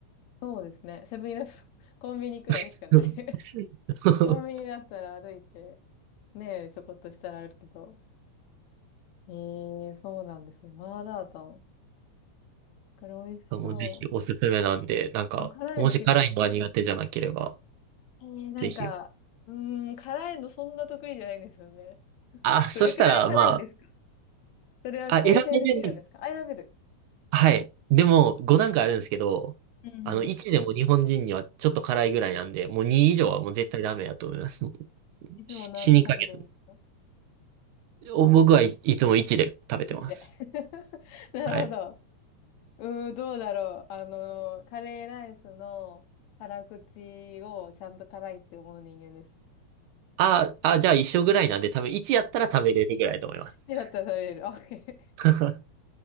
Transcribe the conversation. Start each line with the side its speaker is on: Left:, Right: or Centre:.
Left: そうですね。セブンイレブン、<laughs> コンビニくらいしかない。
Right: <laughs>
Left: <laughs>
Right: そ
Left: コンビニだったら歩いて、ねえ、ちょこっとしたらあるけど。ええそうなんですね。マーラータン。これ美味しそう。
Right: う。もうぜひおすすめなんで、なんか、
Left: でも辛いの結構、
Right: もし辛いのが苦手じゃなければ、
Left: ええなんか、
Right: ぜひ。
Left: うーん、辛いのそんな得意じゃないんですよね。
Right: あ、そしたら、
Left: どれくらい辛いんですか
Right: ま
Left: それは調整できるんですかアイラベル
Right: あ、あ、選べる。はい。でも、5段階あるんですけど、
Left: うんうん
Right: あの、1でも日本人にはちょっと辛いぐらいなんで、もう2以上はもう絶対ダメだと思います。もう
Left: いつもなんで食べるんですか
Right: し死にかけた。お僕はい、いつも1で食べてます。
Left: い地で。<laughs> なるほど。
Right: はい。
Left: うーん、どうだろう。あの、カレーライスの辛口をちゃんと辛いって思う人間です。
Right: ああ、じゃあ一緒ぐらいなんで、多分1やったら食べれるぐらいだと思います。
Left: 生だったら食べれる。OK
Right: <laughs>